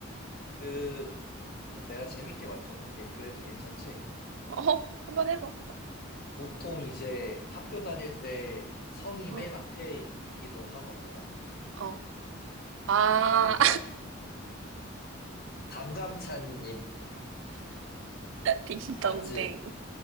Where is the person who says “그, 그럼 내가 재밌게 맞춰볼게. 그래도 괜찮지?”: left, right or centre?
Left